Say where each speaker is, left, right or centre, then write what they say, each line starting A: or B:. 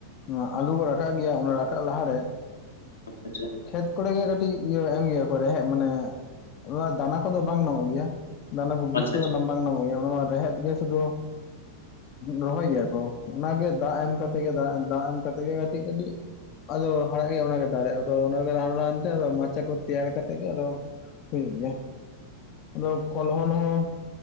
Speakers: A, on the left; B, on the left.
A: ᱚᱱᱟ ᱟᱞᱩ ᱠᱚ ᱨᱟᱠᱟᱵ ᱜᱮᱭᱟ ᱚᱱᱟ ᱨᱟᱠᱟᱵ ᱞᱟᱦᱟᱨᱮ
B: ᱟ ᱟᱪᱪᱷᱟ
A: ᱠᱷᱮᱛ ᱠᱚᱨᱮ ᱜᱮ ᱠᱟᱹᱴᱤᱡ ᱤᱭᱟᱹ ᱮᱢ ᱜᱮᱭᱟ ᱠᱚ ᱨᱮᱦᱮᱫ ᱢᱟᱱᱮ ᱫᱟᱱᱟ ᱠᱚᱫᱚ ᱵᱟᱝ ᱧᱟᱢᱚᱜ ᱜᱮᱭᱟ ᱫᱟᱱᱟ ᱠᱚ ᱵᱤᱡ
B: ᱟᱪᱪᱷᱟ
A: ᱠᱚᱫᱚ ᱵᱟᱝ ᱧᱟᱢᱚᱜ ᱜᱮᱭᱟ ᱚᱱᱟ ᱢᱟ ᱨᱮᱦᱮᱫ ᱜᱮ ᱥᱩᱫᱷᱩ ᱨᱚᱦᱚᱭ ᱜᱮᱭᱟ ᱠᱚ ᱚᱱᱟᱜᱮ ᱫᱟᱜ ᱮᱢ ᱠᱟᱛᱮ ᱜᱮ ᱫᱟᱜ ᱮᱢ ᱠᱟᱛᱮᱫ ᱜᱮ ᱠᱟᱹᱴᱤᱡ ᱠᱟᱹᱴᱤᱡ ᱟᱫᱚ ᱦᱟᱲᱟᱜᱮ ᱚᱱᱟᱜᱮ ᱫᱟᱲᱮᱜᱼᱟ ᱟᱫᱚ ᱚᱱᱟᱜᱮ ᱨᱟᱱ ᱨᱟᱱᱛᱮ ᱟᱫᱚ ᱢᱟᱪᱟ ᱠᱚ ᱛᱮᱭᱟᱨ ᱠᱟᱛᱮ ᱜᱮ ᱟᱫᱚ᱾ ᱦᱩᱭᱩᱜ ᱜᱮᱭᱟ ᱟᱫᱚ ᱯᱷᱚᱞ ᱦᱚᱸᱞ ᱦᱚᱸ